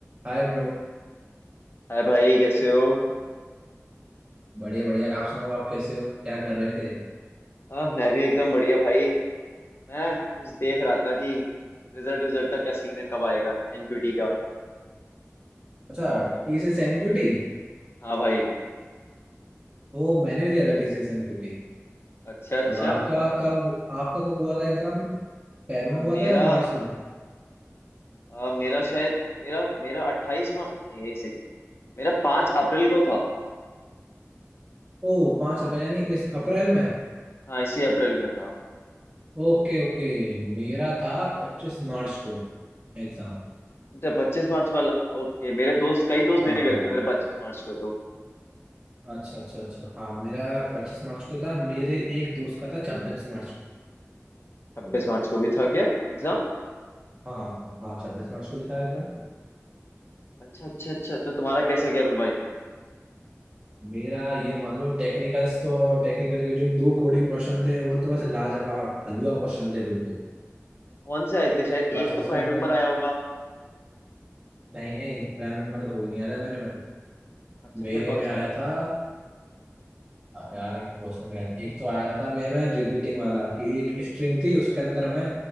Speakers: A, on the right; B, on the left.
A: हाय bro
B: हाय भाई कैसे हो
A: बढ़िया बढ़िया आप सुनाओ आप कैसे हो क्या कर रहे थे
B: आ, मैं भी एकदम बढ़िया भाई मैं बस देख रहा था कि रिजल्ट रिजल्ट का क्या सीन है कब आएगा एनक्यूटी का
A: अच्छा
B: तुम
A: T C S एनक्यूटी
B: हाँ भाई
A: ओ मैंने भी दिया था टी सी एस एनक्यूटी
B: अच्छा अच्छा
A: तो आपका
B: कब
A: कब आपका कब हुआ था एग्जाम फेब
B: आ,
A: में हुआ
B: मेरा
A: था या मार्च में
B: आ, मेरा शायद मेरा मेरा अट्ठाईस मार्च एक सेकेंड मेरा पाँच अप्रैल को था
A: ओ पाँच
B: हाँ
A: अप्रैल यानी इस अप्रैल में
B: हाँ इसी अप्रैल में था
A: ओके ओके मेरा था पच्चीस मार्च को एग्जाम
B: अच्छा पच्चीस मार्च वाला ओके मेरे दोस्त कई दोस्त
A: हाँ
B: देने
A: हाँ
B: गए
A: हाँ
B: थे मेरे पच्चीस मार्च को तो
A: अच्छा अच्छा अच्छा हाँ मेरा पच्चीस मार्च को था मेरे एक दोस्त का था छब्बीस मार्च को
B: छब्बीस मार्च को भी था क्या एग्जाम
A: हाँ हाँ हाँ, छब्बीस मार्च को भी था एग्जाम
B: अच्छा अच्छा अच्छा तो तुम्हारा कैसा गया फिर भाई
A: मेरा ये मान लो टेक्निकल्स तो टेक्निकल के जो दो कोडिंग क्वेश्चन थे वो तो बस लाजवाब हलवा क्वेश्चन थे बिल्कुल
B: कौन से आए थे शायद
A: बस
B: एक
A: उसके
B: तो प्राइम
A: अंदर
B: नंबर आया होगा
A: नहीं नहीं प्राइम नंबर तो कोई नहीं आया था मेरे में
B: अच्छा
A: मेरे
B: फिर
A: में
B: कौन
A: आया
B: सा आया
A: था आ, यार एक क्वेश्चन भी आया था। एक तो आया था मेरे में रिपीटिंग वाला कि एक स्ट्रिंग थी उसके अंदर हमें